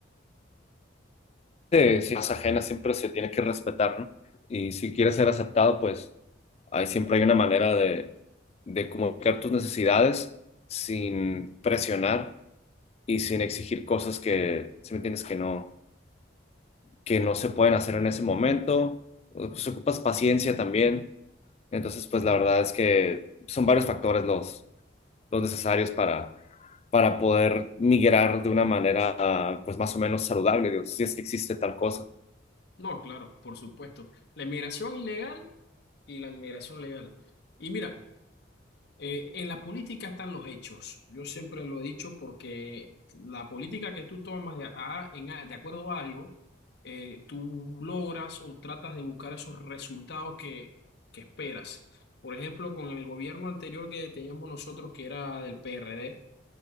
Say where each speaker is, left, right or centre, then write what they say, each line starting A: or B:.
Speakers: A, on the left; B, on the left.
A: de ciencias ajenas siempre se tiene que respetar, ¿no? Y si quieres ser aceptado, pues ahí siempre hay una manera de, de comunicar tus necesidades sin presionar y sin exigir cosas que, si me entiendes, que no, que no se pueden hacer en ese momento. Pues ocupas paciencia también. Entonces, pues la verdad es que son varios factores los, los necesarios para, para poder migrar de una manera, pues más o menos saludable, digo, si es que existe tal cosa.
B: No, claro, por supuesto. La inmigración ilegal y la inmigración legal. Y mira, eh, en la política están los hechos. Yo siempre lo he dicho porque la política que tú tomas de, a- en a- de acuerdo a algo, eh, tú logras o tratas de buscar esos resultados que, que esperas. Por ejemplo, con el gobierno anterior que teníamos nosotros, que era del PRD.